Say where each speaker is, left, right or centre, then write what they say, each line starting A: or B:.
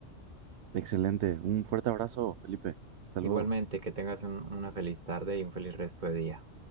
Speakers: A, on the right; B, on the right.
A: Excelente. Un fuerte abrazo, Felipe. Hasta
B: Igualmente,
A: luego.
B: que tengas un- una feliz tarde y un feliz resto de día.